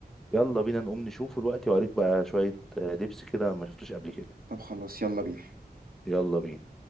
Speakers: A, in the centre; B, on the right (about 60°).
A: يلا بينا نقوم نشوفه دلوقتي وأوريك بقى شوية آه، لبس كده ما شفتوش قبل كده
B: طب خلاص يلا بينا
A: يلا بينا